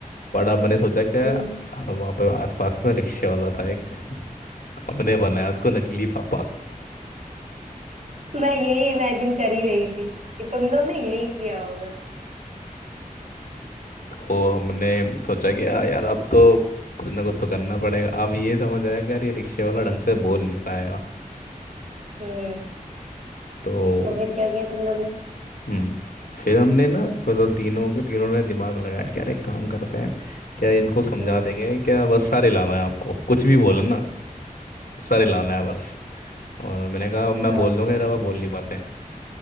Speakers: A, on the left; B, on the right.
A: बट अब मैंने सोचा कि
B: हम्म।
A: वहाँ पे आसपास में रिक्शे वाला था एक हमने बनाया उसको नकली पापा
B: मैं यही इमेजिन कर ही रही थी कि तुम लोग ने यही किया होगा
A: तो हमने सोचा कि "आ, यार अब तो कुछ ना कुछ तो करना पड़ेगा अब ये समझ आया कि यार ये रिक्शे वाला ढंग से बोल नहीं पाएगा
B: हम्म
A: तो
B: तो फिर क्या किया तुम लोग ने
A: हम्म फिर हमने ना मतलब तीनों के तीनों ने दिमाग लगाया कि यार एक काम करते हैं क्या इनको समझा
B: हम्म
A: देंगे क्या बस सारे लाना है आपको कुछ भी बोले ना सारे लाना है बस और मैंने कहा मैं
B: हाँ
A: बोल दूंगा रवा बोल नहीं पाते